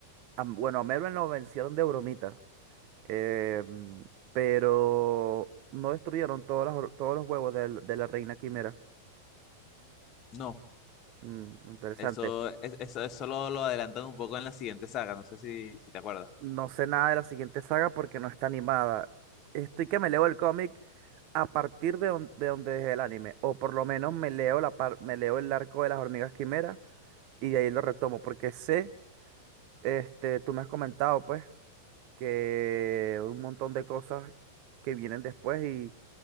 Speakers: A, on the right; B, on the left.
A: a- bueno, a Merwin lo vencieron de bromita. eh, mm, pero no destruyeron todas las, or- todos los huevos del- de, la reina quimera.
B: No,
A: Mm, interesante.
B: eso, es- eso, eso lo, lo adelantan un poco en la siguiente saga, no sé si, si te acuerdas.
A: No sé nada de la siguiente saga porque no está animada. Estoy que me leo el cómic a partir de, don- de donde dejé el anime. O por lo menos me leo la par- me leo el arco de las hormigas quimeras y de ahí lo retomo. Porque sé, este, tú me has comentado pues, que un montón de cosas que vienen después y,